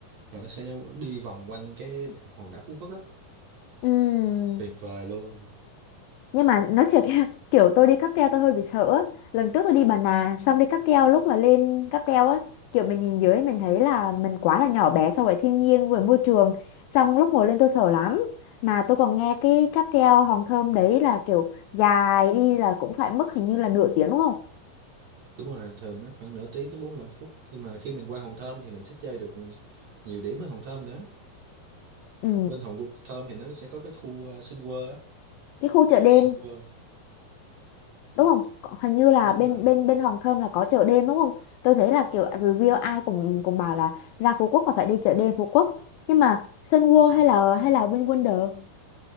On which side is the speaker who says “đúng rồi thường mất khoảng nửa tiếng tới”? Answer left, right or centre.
Right